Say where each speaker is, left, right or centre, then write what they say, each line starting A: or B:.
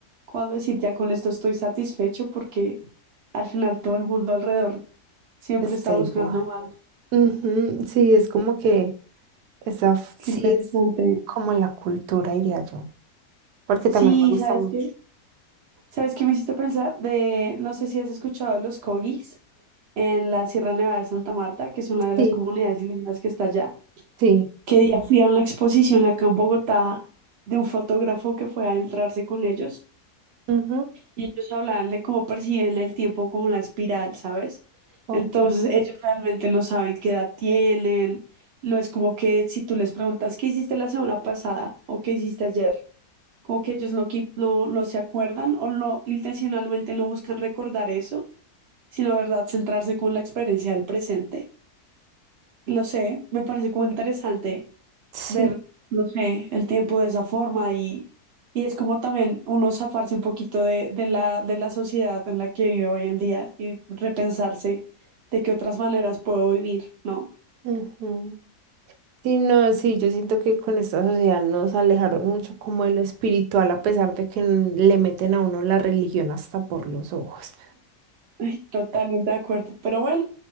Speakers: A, on the right; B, on the right.
A: cuándo decir ya con esto estoy satisfecho porque al final todo el mundo alrededor siempre
B: está
A: está
B: igual.
A: buscando más.
B: Ujú, sí, es como que esa, f-
A: Qué
B: sí,
A: interesante.
B: es como la cultura, diría yo, porque
A: Sí,
B: también me gusta
A: ¿sabes
B: mucho.
A: qué? ¿Sabes qué me hiciste pensar? De, no sé si has escuchado de los corgis. en la Sierra Nevada de Santa Marta, que es una de
B: Sí,
A: las comunidades indígenas que está allá.
B: sí,
A: Que día fui a una exposición acá en Bogotá de un fotógrafo que fue a adentrarse con ellos
B: ujú,
A: y ellos hablaban de cómo perciben el tiempo como la espiral, ¿sabes?
B: ok,
A: Entonces ellos realmente no saben qué edad tienen, no es como que si tú les preguntas qué hiciste la semana pasada o qué hiciste ayer, como que ellos no, qui- no, no se acuerdan o no intencionalmente no buscan recordar eso, sino, ¿verdad?, centrarse con la experiencia del presente. Lo sé, me parece como interesante
B: sí,
A: ver, no sé, el tiempo de esa forma y, y es como también uno zafarse un poquito de, de la, de la sociedad en la que vive hoy en día y repensarse de qué otras maneras puedo vivir, ¿no?
B: ujú. Sí, no, sí, yo siento que con esta sociedad nos alejaron mucho como de lo espiritual, a pesar de que n- le meten a uno la religión hasta por los ojos.
A: <laughs> Ay, totalmente de acuerdo. Pero bueno,